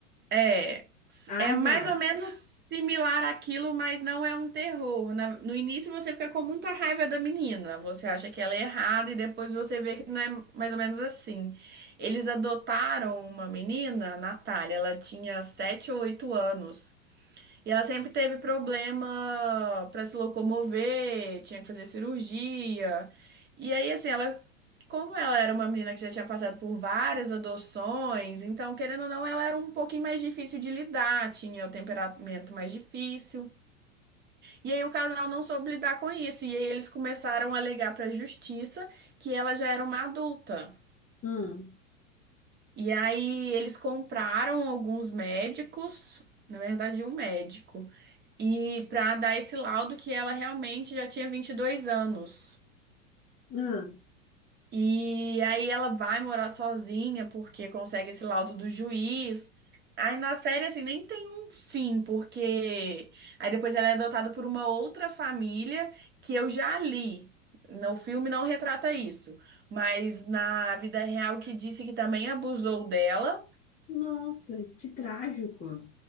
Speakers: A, on the right (about 25°); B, on the left (about 20°).
A: É,
B: Ah,
A: é mais
B: já.
A: ou menos similar àquilo, mas não é um terror. Na- no início você fica com muita raiva da menina, você acha que ela é errada e depois você vê que não é mais ou menos assim. Eles adotaram uma menina, a Natália, ela tinha 7 ou 8 anos. E ela sempre teve problema para se locomover, tinha que fazer cirurgia. E aí, assim, ela, como ela era uma menina que já tinha passado por várias adoções, então, querendo ou não, ela era um pouquinho mais difícil de lidar, tinha o temperamento mais difícil. E aí o casal não soube lidar com isso, e aí eles começaram a alegar para a justiça que ela já era uma adulta.
B: Hum,
A: E aí eles compraram alguns médicos, na verdade, um médico, e para dar esse laudo que ela realmente já tinha 22 anos.
B: hum.
A: E aí ela vai morar sozinha porque consegue esse laudo do juiz. Aí na série assim nem tem um fim, porque aí depois ela é adotada por uma outra família que eu já li. No filme não retrata isso, mas na vida real que disse que também abusou dela.
B: Nossa, que trágico.